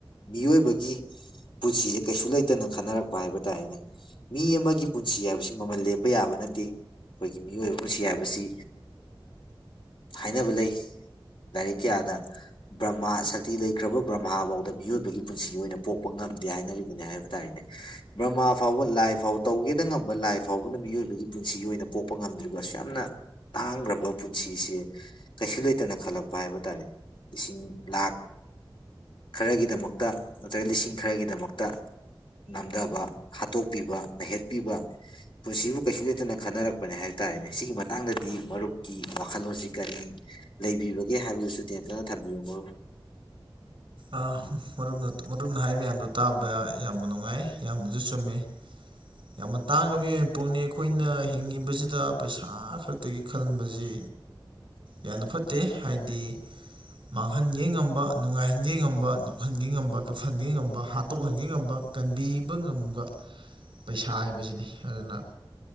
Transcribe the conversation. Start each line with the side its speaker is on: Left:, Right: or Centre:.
Left: ꯃꯤꯑꯣꯏꯕꯒꯤ ꯄꯨꯟꯁꯤꯁꯦ ꯀꯩꯁꯨ ꯂꯩꯇꯅ ꯈꯟꯅꯔꯛꯄ ꯍꯥꯏꯕ ꯇꯥꯔꯦꯅꯦ ꯃꯤ ꯑꯃꯒꯤ ꯄꯨꯟꯁꯤ ꯍꯥꯏꯕꯁꯤ ꯃꯃꯜ ꯂꯦꯞꯄ ꯌꯥꯕ ꯅꯠꯇꯦ ꯑꯩꯈꯣꯏꯒꯤ ꯃꯤꯑꯣꯏꯕ ꯄꯨꯟꯁꯤ ꯍꯥꯏꯕꯁꯤ ꯍꯥꯏꯅꯕ ꯂꯩ ꯂꯥꯏꯔꯤꯛ ꯀꯌꯥꯗ ꯕ꯭ꯔꯃꯥ ꯁꯛꯇꯤ ꯂꯩꯈ꯭ꯔꯕ ꯕ꯭ꯔꯃꯥ ꯐꯥꯎꯗ ꯃꯤꯑꯣꯏꯕꯒꯤ ꯄꯨꯟꯁꯤ ꯑꯣꯏꯅ ꯄꯣꯛꯄ ꯉꯝꯗꯦ ꯍꯥꯏꯅꯔꯤꯕꯅꯤ ꯍꯥꯏꯕ ꯇꯥꯔꯦꯅꯦ ꯕ꯭ꯔꯃꯥ ꯐꯥꯎꯕ ꯂꯥꯏ ꯐꯥꯎꯕ ꯇꯧꯒꯦꯗ ꯉꯝꯕ ꯂꯥꯏ ꯐꯥꯎꯕꯅ ꯃꯤꯑꯣꯏꯕꯒꯤ ꯄꯨꯟꯁꯤ ꯑꯣꯏꯅ ꯄꯣꯛꯄ ꯉꯝꯗ꯭ꯔꯤꯕꯁꯨ ꯌꯥꯝꯅ ꯇꯥꯡꯈ꯭ꯔꯕ ꯄꯨꯟꯁꯤꯁꯦ ꯀꯩꯁꯨ ꯂꯩꯇꯅ ꯈꯜꯂꯛꯄ ꯍꯥꯏꯕ ꯇꯥꯔꯦ ꯂꯤꯁꯤꯡ ꯂꯥꯛ ꯈꯔꯒꯤꯗꯃꯛꯇ ꯅꯠꯇ꯭ꯔꯒ ꯂꯤꯁꯤꯡ ꯈꯔꯒꯤꯗꯃꯛꯇ ꯅꯝꯊꯕ ꯍꯥꯠꯇꯣꯛꯄꯤꯕ ꯅꯩꯍꯠꯄꯤꯕ ꯄꯨꯟꯁꯤꯕꯨ ꯀꯩꯁꯨ ꯂꯩꯇꯅ ꯈꯟꯅꯔꯛꯄꯅꯦ ꯍꯥꯏꯕ ꯇꯥꯔꯦꯅꯦ ꯁꯤꯒꯤ ꯃꯇꯥꯡꯗꯗꯤ ꯃꯔꯨꯞꯀꯤ ꯋꯥꯈꯜꯂꯣꯟꯁꯤ ꯀꯔꯤ ꯂꯩꯕꯤꯕꯒꯦ ꯍꯥꯏꯕꯗꯨꯁꯨ ꯇꯦꯟ ꯊꯕꯤꯌꯃ
Right: ꯑ ꯃꯔꯨꯞꯅ ꯍꯥꯏ ꯃꯌꯥꯝꯗꯣ ꯇꯥꯕ ꯌꯥꯝꯅ ꯅꯨꯡꯉꯥꯏ ꯌꯥꯝꯌꯥꯝꯅꯁꯨ ꯆꯨꯝꯃꯤ ꯌꯥꯝꯅ ꯇꯥꯡꯉꯕꯏꯄꯛꯅꯤ ꯑꯩꯈꯣꯏꯅ ꯍꯤꯡꯉꯤꯕꯁꯤꯗ ꯄꯩꯁꯥ ꯈꯛꯇꯒꯤ ꯈꯟꯕꯁꯤ ꯌꯥꯝꯅ ꯐꯠꯇꯦ ꯍꯥꯏꯗꯤ ꯃꯥꯡꯍꯟꯒꯦ ꯉꯝꯕ ꯅꯨꯡꯉꯥꯏ ꯈꯟꯒꯦ ꯉꯝꯕ ꯅꯣꯛꯍꯟꯒꯦ ꯉꯝꯕ ꯀꯞꯍꯟꯒꯦ ꯉꯝꯕ ꯍꯥꯠꯇꯣꯛꯍꯟꯒꯦ ꯉꯝꯕ ꯀꯟꯕꯤꯕ ꯉꯝꯕ ꯄꯩꯁꯥ ꯍꯥꯏꯕꯁꯤꯅꯤ ꯑꯗꯨꯅ